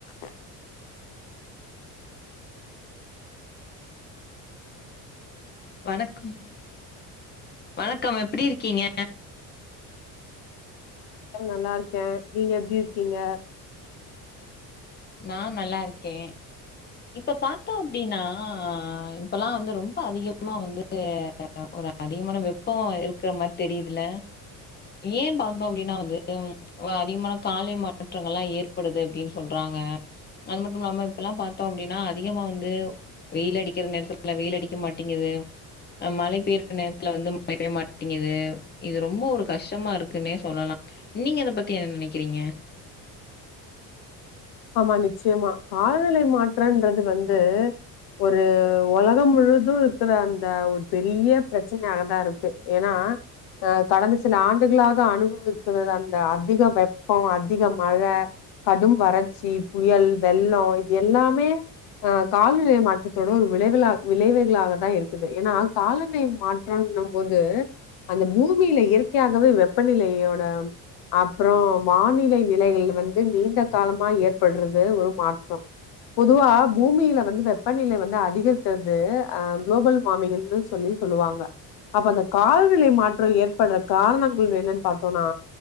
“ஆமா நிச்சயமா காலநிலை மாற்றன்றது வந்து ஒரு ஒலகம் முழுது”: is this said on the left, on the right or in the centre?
Left